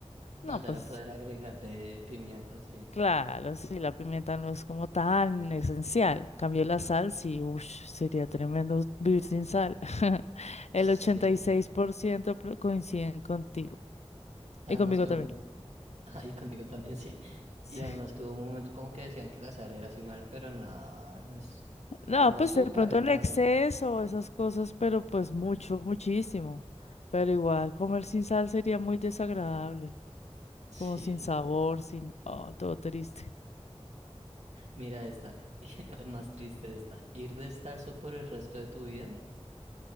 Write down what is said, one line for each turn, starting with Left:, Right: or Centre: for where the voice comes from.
Left: No,
Right: No, ya
Left: pues
Right: no poder agregarle pimienta, sí.
Left: claro, sí, la pimienta no es como tan esencial. Cambio la sal, sí, ush, sería tremendo vivir sin sal. <laughs> El
Right: Sí.
Left: 86% pro- coinciden contigo
Right: Además
Left: y conmigo
Right: que
Left: también.
Right: hubo, <laughs> ahí conmigo también sí. Y además
Left: <laughs>
Right: que hubo un momento como que decían que la sal era así mala, pero nada no es,
Left: No,
Right: del azúcar
Left: pues de pronto
Right: es
Left: el
Right: mala.
Left: exceso, esas cosas, pero pues mucho, muchísimo. Pero igual, comer sin sal sería muy desagradable,
Right: Sí,
Left: como sin sabor, sin... Oh, todo triste.
Right: mira esta, <laughs> es más triste esta. Ir descalzo por el resto de tu vida